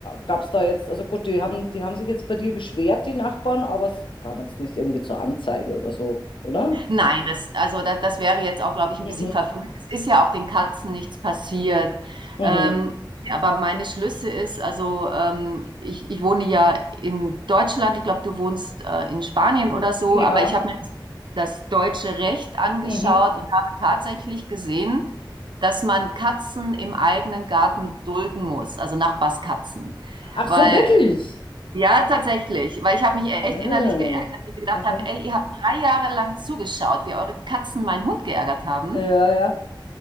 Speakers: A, on the left; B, on the right.
A: gab es da jetzt, also gut, die haben, die haben sich jetzt bei dir beschwert, die Nachbarn, aber es kam jetzt nicht irgendwie zur Anzeige oder so, oder?
B: Nein, das, also das, das wäre jetzt auch, glaube ich, ein
A: Mhm,
B: bisschen verfrüht. Es ist ja auch den Katzen nichts passiert.
A: mhm.
B: Ähm, aber meine Schlüsse ist, also ähm, ich, ich wohne ja in Deutschland, ich glaube, du wohnst äh, in Spanien oder so,
A: Ja.
B: aber ich habe mir das, das deutsche Recht angeschaut
A: Mhm.
B: und habe tatsächlich gesehen, dass man Katzen im eigenen Garten dulden muss, also Nachbarskatzen.
A: Ach
B: Weil
A: so, wirklich?
B: ja, tatsächlich, weil ich habe mich echt
A: Ah,
B: innerlich geärgert, weil ich mir gedacht
A: aha.
B: habe, ey, ihr habt drei Jahre lang zugeschaut, wie eure Katzen meinen Hund geärgert haben.
A: Ja, ja.